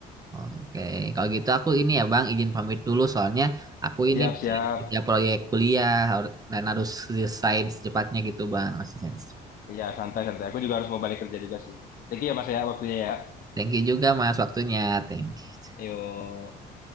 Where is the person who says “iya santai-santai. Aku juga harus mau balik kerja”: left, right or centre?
Left